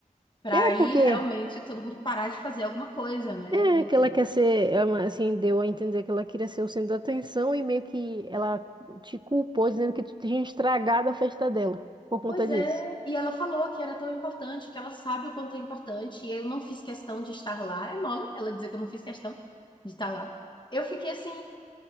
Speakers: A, on the left; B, on the right.
A: Para
B: É
A: aí
B: porque.
A: realmente todo mundo parar de fazer alguma coisa, né?
B: É,
A: E,
B: que ela quer
A: e-
B: ser, é uma- assim, deu a entender que ela queria ser o centro da atenção e meio que ela te culpou dizendo que tu tinha estragado a festa dela por conta
A: pois
B: disso.
A: é. E ela falou que era tão importante, que ela sabe o quanto é importante. E eu não fiz questão de estar lá. É mole ela dizer que eu não fiz questão de estar lá. Eu fiquei assim.